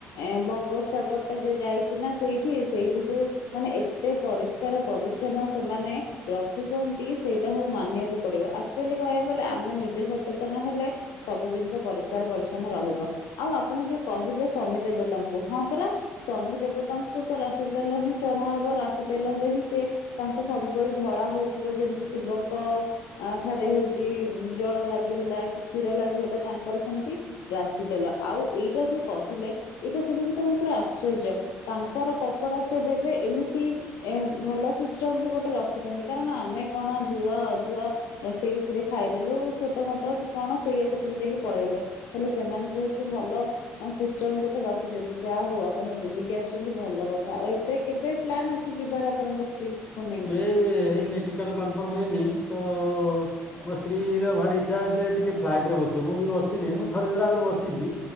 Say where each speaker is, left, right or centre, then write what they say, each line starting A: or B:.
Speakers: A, on the left (about 65°); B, on the left (about 15°).
A: ଏ ବଙ୍ଗୋପସାଗର ଟା ଯେ ଯାଇଛି ନା ସେଇଠି ସେଇଠି ଯୋଉ ମାନେ ଏତେ ପରିଷ୍କାର ପରିଚ୍ଛନ୍ନ ସେମାନେ ରଖୁଛନ୍ତି ସେଇଟା ହ ମାନିବାକୁ ପଡିବ ଆକଚୁଲି କହିବାକୁ ଗଲେ ଆମେ ନିଜେ ସଚେତନ ହେଲେ ସବୁ ଜିନିଷ ପରିଷ୍କାର ପରିଚ୍ଛନ୍ନ ରହିବ। ଆଉ ଆପଣ ଯୋଉ କହିଲେ ଶନି ଦେବତାଙ୍କୁ ହଁ ପରା ଶନି ଦେବତାଙ୍କୁ ତ ରାଶି ଦେଲେ ଚଢା ହବ ରାଶି ତେଲରେ ହିଁ ସେ ତାଙ୍କୁ ସବୁବେଳେ ଧଳା ହଉଥିବ ଯେମିତି ଶିବଙ୍କ ଅ ଠାରେ ହଉଛି ଜଳ ଲାଗି ହେଲା କି କ୍ଷୀର ଲାଗି ହେଲା ତାଙ୍କର ସେମିତି ରା ରାଶି ତେଲ ଆଉ ଏଇଟା ଯୋଉ କହିଲେ ଏଇଟା ଶୁଣିକି ତମ ପୁରା ଆଶ୍ଚର୍ଯ୍ୟ ତାଙ୍କର କପଡା ସେ ଦେବେ ଏମିତି ଭଲ ସିଷ୍ଟମ ବି ଗୋଟେ ରଖିଛନ୍ତି କାରଣ ଆମେ କଣ ଧୂଆ ଆଧୁଆ ଅ ସେଇଥିରେ ଖାଇଦେଲୁ ଛୋଟ ମୋଟ କି କଣ ସେଇୟାକୁ ପିନ୍ଧେଇକି ପଳେଇଲୁ ହେଲେ ସେମାନେ ଯେହେତୁ ଭଲ ସିଷ୍ଟମ ଗୋଟେ ରଖିଛନ୍ତି। ଯାହା ହଉ ଆପଣ ବୁଲିକି ଆସିଛନ୍ତି ଭଲ କଥା। ଆଉ ଏବେ କେବେ ପ୍ଲାନ୍ ଅଛି ଯିବାର ଆପଣଙ୍କ ସ୍ତ୍ରୀକୁ ନେଇକି?
B: ଏଇ ହେଇନାଇ ଟିକେଟ କନଫର୍ମ ହେଇନାଇଁ ତ
A: ହ
B: ମୋ ସ୍ତ୍ରୀର ଭାରି ଇଚ୍ଛା ଯେ ଟିକେ ଫ୍ଲାଇଟ ରେ ବସିବ ମୁଁ ବି ବସିନିଁ ମୁଁ ଥରେ ଦି ଥରେ ଆଗରୁ ବସିଛି।